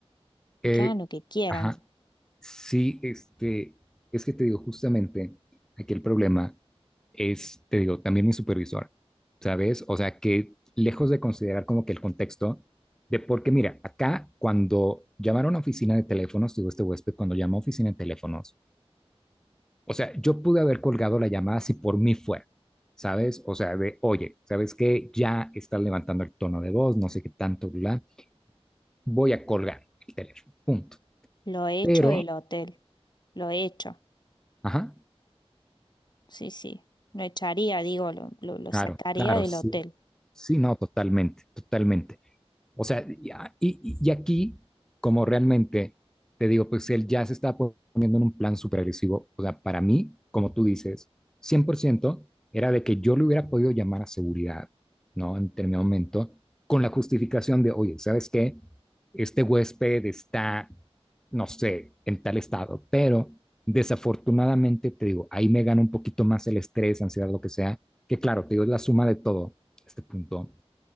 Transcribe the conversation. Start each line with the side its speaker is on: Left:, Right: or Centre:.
Left: Y
Centre: Eh,
Left: que hagan lo que quieran.
Centre: ajá, sí, este, es que te digo, justamente, aquí el problema es, te digo, también mi supervisor, ¿sabes? O sea, que lejos de considerar como que el contexto de, porque mira, acá cuando llamaron a oficina de teléfonos, digo, este huésped, cuando llamó a oficina de teléfonos, o sea, yo pude haber colgado la llamada si por mí fuera. ¿Sabes? O sea, de, oye, ¿sabes qué? Ya estás levantando el tono de voz, no sé qué tanto, bla. voy a colgar el teléfono, punto.
Left: Lo he hecho
Centre: Pero,
Left: del hotel. Lo he hecho.
Centre: ajá,
Left: Sí, sí. Lo echaría, digo, lo, lo, lo
Centre: claro,
Left: sacaría
Centre: claro,
Left: del
Centre: sí,
Left: hotel.
Centre: sí, no, totalmente, totalmente. O sea, y, ah, y, y aquí, como realmente, te digo, pues él ya se está poniendo en un plan súper agresivo. O sea, para mí, como tú dices, 100% era de que yo le hubiera podido llamar a seguridad, ¿no? En determinado momento, con la justificación de, oye, ¿sabes qué? Este huésped está, no sé, en tal estado, pero desafortunadamente, te digo, ahí me gana un poquito más el estrés, ansiedad, lo que sea, que claro, te digo, es la suma de todo, este punto,